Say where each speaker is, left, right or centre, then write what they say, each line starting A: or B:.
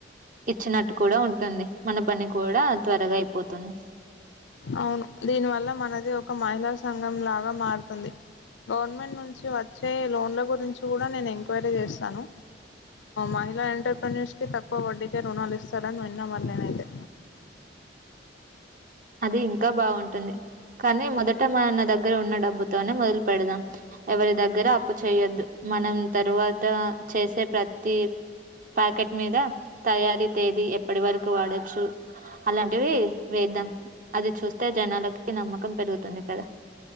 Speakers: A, on the right; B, on the left.
A: ఇచ్చినట్టు కూడా ఉంటుంది. మన పని కూడా త్వరగా అయిపోతుంది.
B: అవును దీని వల్ల మనది ఒక మహిళా సంఘం లాగా మారుతుంది. గవర్నమెంట్ నుంచి వచ్చే లోన్ల గురించి కూడా నేను ఎంక్వైరీ చేస్తాను. మహిళా ఎంటర్ప్రైనయూస్ కి తక్కువ వడ్డీకే రుణాలు ఇస్తారని విన్న మరినేనైతే
A: అది ఇంకా బావుంటుంది కానీ మొదట మ నా దగ్గర ఉన్న డబ్బుతోనే మొదలు పెడదాం. ఎవరి దగ్గర అప్పు చేయొద్దు మనం తరువాత చేసే ప్రతి ప్యాకెట్ మీద తయారీ తేదీ ఎప్పటి వరకు వాడొచ్చు. అలాంటివి వేద్దాం. అది చూస్తే జనాలకి నమ్మకం పెరుగుతుంది కదా.